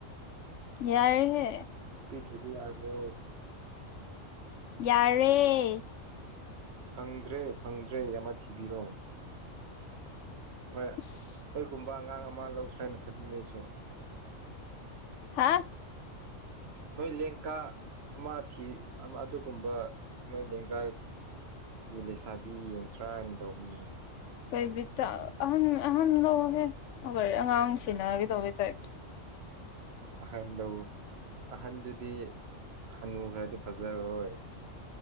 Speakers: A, on the left; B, on the right.
A: ꯌꯥꯔꯦ ꯍꯦ
B: ꯄꯤ ꯊꯤꯕꯥ ꯌꯥꯔꯕꯣ
A: ꯌꯥꯔꯦ
B: ꯐꯪꯗ꯭ꯔꯦ ꯐꯪꯗ꯭ꯔꯦ ꯑꯃ ꯊꯤꯕꯤꯔꯣ ꯅꯣꯏ
A: ꯑꯁ
B: ꯅꯣꯏꯒꯨꯝꯕ ꯑꯉꯥꯡ ꯑꯃ ꯂꯧꯁ꯭ꯔꯥ ꯍꯥꯏꯅ ꯈꯟꯕꯅꯦ ꯑꯩꯁꯨ
A: ꯍꯥꯥ
B: ꯅꯣꯏ ꯂꯦꯡꯀꯥ ꯑꯃꯥ ꯊꯤ ꯑꯃ ꯑꯗꯨꯒꯨꯝꯕ ꯅꯣꯏ ꯂꯦꯡꯒꯥꯏ ꯃꯤ ꯂꯩꯁꯥꯕꯤ ꯌꯦꯡꯁ꯭ꯔꯥꯅ ꯇꯧꯕꯅꯤ
A: ꯀꯩ ꯕꯤꯠꯇ ꯑꯍꯟ ꯑꯍꯟ ꯂꯧꯍꯦ ꯑꯩꯈ ꯑꯉꯥꯡ ꯁꯦꯟꯅꯒꯦ ꯇꯧꯕ ꯇꯥꯏꯞ
B: ꯑꯍꯟꯗꯣ ꯑꯍꯟꯗꯨꯗꯤ ꯍꯅꯨ ꯈꯔꯗꯤ ꯐꯖꯔ ꯔꯣꯏ